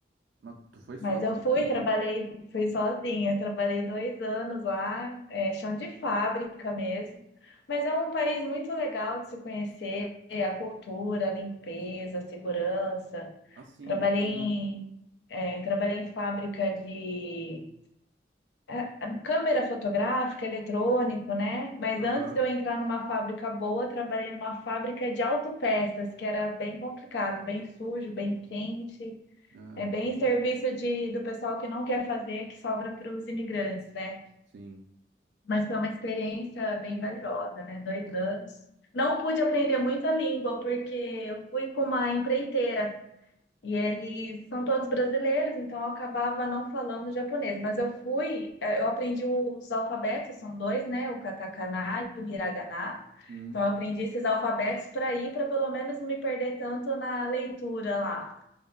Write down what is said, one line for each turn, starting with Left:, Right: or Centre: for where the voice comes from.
Right: Mas tu foi sozinho,
Left: Mas eu fui,
Right: então?
Left: trabalhei, fui sozinha, trabalhei dois anos lá, é, chão de fábrica mesmo. Mas é um país muito legal de se conhecer, a cultura, a limpeza, a segurança.
Right: Ah, sim,
Left: Trabalhei
Right: imagino.
Left: em, é, trabalhei em fábrica de é, é, câmera fotográfica, eletrônico, né? Mas
Right: Aham.
Left: antes de eu entrar numa fábrica boa, trabalhei numa fábrica de autopeças, que era bem complicado, bem sujo, bem quente.
Right: Ah,
Left: É bem
Right: imagino.
Left: serviço de, do pessoal que não quer fazer, que sobra para os imigrantes, né?
Right: sim.
Left: Mas foi uma experiência bem valiosa, né? Dois anos. Não pude aprender muito a língua, porque eu fui com uma empreiteira e eles são todos brasileiros, então eu acabava não falando japonês. Mas eu fui, eh, eu aprendi os alfabetos, são dois, né? O katakana e o hiragana.
Right: Hum.
Left: Então eu aprendi esses alfabetos para ir, para pelo menos não me perder tanto na leitura lá.